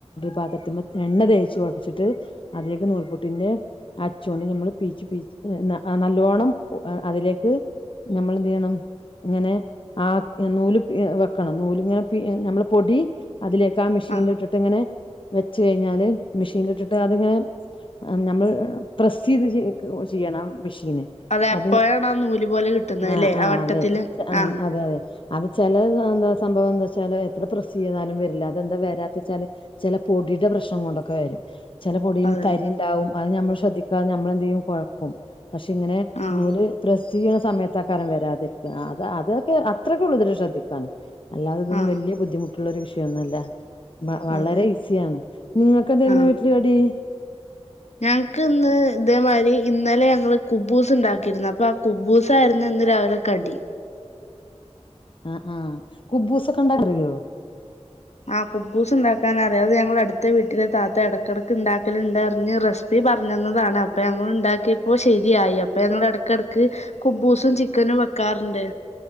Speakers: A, on the left; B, on the left.
A: പാത്രത്തി എണ്ണ തേച്ച് വെച്ചിട്ട് അതിലേക്കെ നൂൽപുട്ടിന്റെ അച്ചുകൊണ്ട് നമ്മള് <unintelligible> ആ നല്ലോണ്ണം ഉ അതിലേക്ക് ഞമ്മൾ എന്ത് ചെയ്യണം ഇങ്ങനെ ആ നൂല് എ പി എ വെക്കണം നൂല്എ ഇങ്ങനെ നമ്മള് പൊടി. അതിലേക്ക് ആ മിഷീനില്
B: ആഹ്
A: ഇട്ടിട്ട് ഇങ്ങനെ വെച്ച് കഴിഞ്ഞാല് മി ഷീനിലിട്ടിട്ട് അതിങ്ങനെ ഞമ്മള് പ്രസ് ചെയ്ത് ചിയ്യണം. മിഷീന്
B: അതെ അപ്പോഴാണ്
A: അത്
B: ആ നൂല് പോലെ കിട്ടുന്നത്
A: അ
B: ല്ലേ
A: ആ
B: വട്ടത്തില്
A: അത് അ
B: ആഹ്
A: അത് ത് അന്ന്ച്ചേ ചെലത് എന്താ സംഭവം എന്താ വെച്ചാൽ എത്ര പ്രസ്സ് ചെയ്താലും വെരില്ല അതെന്താ വരാ എന്താച്ചാൽ ചെല പൊടീടെ പ്രശ്നം കൊണ്ടൊക്കെ വെരും ചെല പൊടിൽ
B: അതെ
A: തരി ഇണ്ടാകും അത് ഞമ്മൾ ശ്രദ്ധിക്കാതെ നമ്മളെന്തെയ്യും കൊ ഴക്കും പക്ഷെ ഇങ്ങനെ
B: ആഹ്
A: നൂല് പ്രസ്സ് ചെയ്ണ സമയത്തക്കാരം വെരതേരി അത് ത് അതൊക്കെ അത്രൊക്കോള്ളു ശ്രദ്ധിക്കാന് അല്ലാതെ ഇതൊന്നും
B: ആഹ്
A: വലിയ ബുദ്ധിമുട്ടുള്ളൊരു വിഷയൊന്നല്ല. വ വളരെ
B: അതെ
A: ഈസിയാണ് നിങ്ങൾക്ക് എന്തേരുന്നു
B: ആഹ്
A: വീട്ടില് കടി?
B: ഞങ്ങക്ക് ഇന്ന് ഇതേമാതിരി ഇന്നലെ ഞങ്ങള് കുബൂസ് ഇണ്ടാക്കിയിരുന്നു അപ്പൊ ആ കുബൂസായിരുന്നു. ഇന്ന് രാവിലെ കടി.
A: ആ ആ കുബ്ബൂസൊക്കെ ഇണ്ടാക്കാ അറിയോ?
B: ആ കുബൂസ് ഇണ്ടാക്കാൻ അറിയാം അത് ഞങ്ങളെ അടുത്ത വീട്ടിലെ താത്ത ഇടക്കിടക്ക് ഉണ്ടാക്കലുണ്ട്റിഞ് റെസിപ്പി പറഞ്ഞ ഞന്നതാണ് അപ്പൊ ഞങ്ങളുണ്ടാക്കി. അപ്പൊ ശെരിയായി അപ്പൊ ഞങ്ങള എ ടക്ടക്ക് കുബൂസും ചിക്കനും വെക്കാറ്ണ്ട്.